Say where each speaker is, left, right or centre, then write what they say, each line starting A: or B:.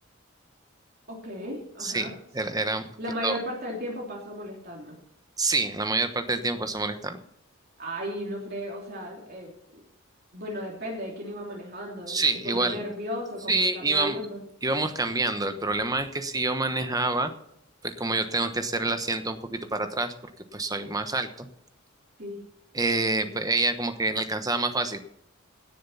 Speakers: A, on the right; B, on the right.
A: Ok, ajá.
B: Sí, era, era un poquito,
A: La mayor parte del tiempo pasó molestando.
B: sí, la mayor parte del tiempo se molestando.
A: Ay, no fregues, o sea, eh, bueno, depende de quién iba manejando.
B: Sí,
A: Se ponía
B: igual,
A: nervioso
B: sí,
A: como estarla
B: íbam-
A: viendo.
B: íbamos cambiando. El problema es que si yo manejaba, pues como yo tengo que hacer el asiento un poquito para atrás porque pues soy más alto.
A: Sí.
B: eh,
A: enti-
B: pues ella como que la alcanzaba más fácil.